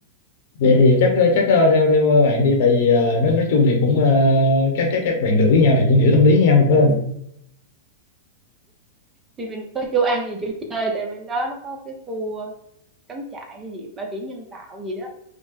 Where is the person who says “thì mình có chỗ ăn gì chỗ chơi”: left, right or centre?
Right